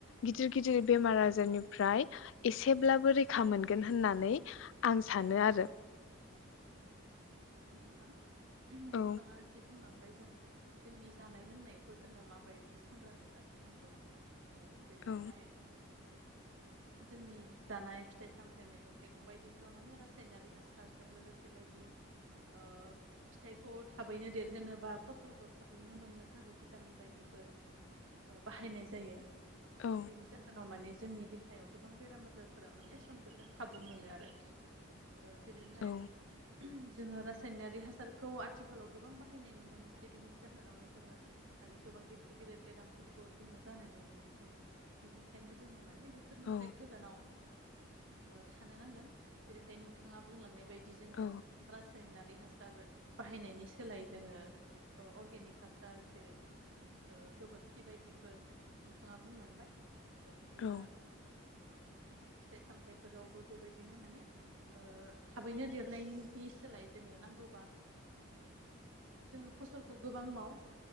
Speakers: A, on the left; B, on the right.
A: गिदिर गिदिर बेमार आजारनिफ्राय एसेब्लाबो रैखा मोनगोन आं सानो
B: औ
A: आरो
B: हा नोंथाङा
A: औ
B: जि बुंलांबाय जों जोंनि जानाय लोंनायखौ जोङो माबायदि सांग्राङै लाखिनांगौ ओ जेरैहाय
A: औ
B: जोंनि जानाय फिथाइ सामथायाइ मैगं थाइगं बायदि बेव माने रासायनारि हासारजों लोगोसे बायदि ओ फिथाइखौ थाबैनो देरहोनो बा फसलखौ थाबैनो मोननो थाखाय ओ भिटामिन बायदिफोर बाहायनाय जायो
A: औ
B: बेनि जाहोनाव माने जोंनि देहायाव गोबां बेराम आजारफोरा माने सन्देरनो खाबु मोनो आरो जेरैहाय
A: औ
B: जोङो रासायनारि हासारखौ आथिखालाव गोबां बाहायनाय नुनो मोनसै बिनि जाहोनावनो जोङो माने गोबां गेदेर गेदेर बेरामफोरखौ जोङो जानाय नुनो मोनसै बिनिखायनो जोङो माने बेफोरनिफ्राय
A: औ
B: गोजानाव थानो नांगोन। जेरैहाय नोंथाङा बुंलांनाय बायदि बिदि जोङो
A: औ
B: रासायनारि बे हासार बाहायनायनि सोलाय जोङो अर्गेनिक हासार जेरै गोबोरखि बायदिफोर नोंथाङा बुंलांबाय आरो बिदिनो
A: औ
B: फिथाइ सामथायाइफोरावबो बेबायदिनो माने थाबैनो देरनायनि सोलाय जोङो नांगौबा जोङो फसलखौ गोबां मावो